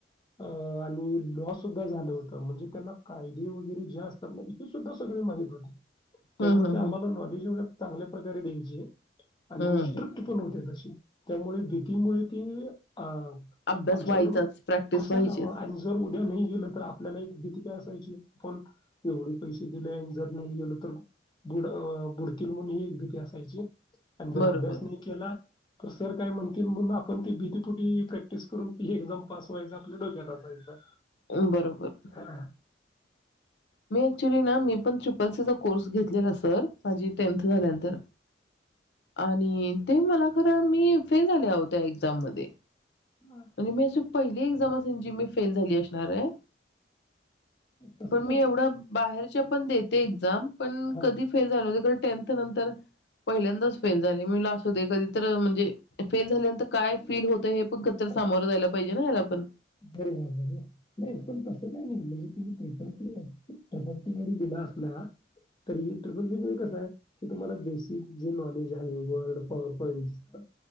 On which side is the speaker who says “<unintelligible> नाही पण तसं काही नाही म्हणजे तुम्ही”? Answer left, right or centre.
Left